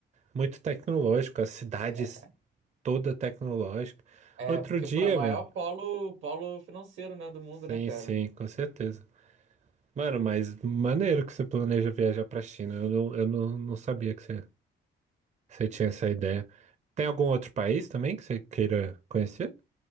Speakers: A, on the right; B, on the right.
A: muito tecnológico. As cidades
B: É,
A: toda tecnológica.
B: é,
A: Outro
B: porque,
A: dia,
B: pô, é o maior
A: mano.
B: polo, polo financeiro, né, do mundo,
A: Sim,
B: né, cara?
A: sim, com certeza. Mano, mas maneiro que você planeja viajar pra China. Eu não, eu não, não sabia que você, você tinha essa ideia. Tem algum outro país também que você queira conhecer?